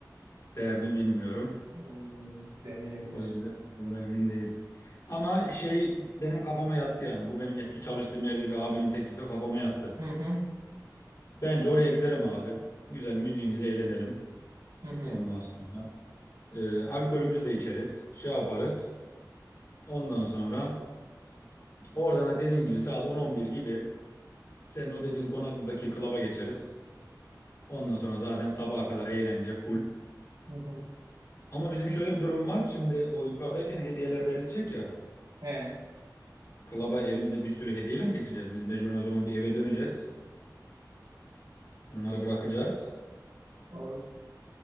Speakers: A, on the left; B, on the right.
A: der mi bilmiyorum.
B: Hmm, Demeyebilir.
A: O yüzden onda emin değilim. Ama şey benim kafama yattı yani. Bu benim eski çalıştığım yerdeki abinin teklifi kafama yattı.
B: Hı hı.
A: Bence oraya gidelim abi. Güzel müziğimizi eğlenelim.
B: Hı hı.
A: Ondan sonra e, alkolümüzü de içeriz. Şey yaparız. Ondan sonra oradan da dediğim gibi saat 10-11 gibi senin o dediğin Konaklı'daki klaba geçeriz. Ondan sonra zaten sabaha kadar eğlence full.
B: Hı hı.
A: Ama bizim şöyle bir durum var. Şimdi o yukarıdayken hediyeler verilecek ya.
B: He.
A: Klaba elimizde bir sürü hediyeyle mi geçeceğiz? Biz mecburen o zaman bir eve döneceğiz. Onları bırakacağız.
B: Doğru.